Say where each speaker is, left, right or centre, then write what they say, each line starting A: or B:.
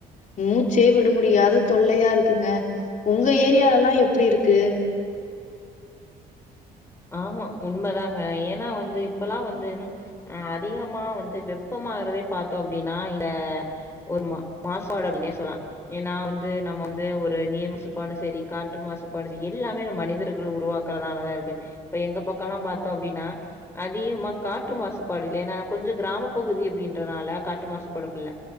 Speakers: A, on the left (about 50°); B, on the left (about 15°).
A: மூச்சே விட முடியாத தொல்லையா இருக்குங்க உங்க ஏரியாலல்லா எப்டி இருக்கு
B: ஆமா உண்மதாங்க ஏன்னா வந்து இப்பல்லா வந்து அ அதிகமா வந்து வெப்பமாகறதே பாத்தோ அப்டின்னா இந்த ஒரு மா மாசாடு அப்னே சொல்லலா ஏன்னா வந்து நம்ம வந்து ஒரு நீர் மாசுப்பாடு செரி காற்று மாசுப்பாடு செரி எல்லாமே மனிதர்கள் உருவா க்கறனாலதா இருக்கு இப்ப எங்க பக்கோல்லா பாத்தோ அப்டின்னா அதிகமா காற்று மாசுபாடு இல்ல ஏன்னா கொஞ்சோ கிராம பகுதி அப்டின்றனால காற்று மாசுபாடு அப்டி இல்ல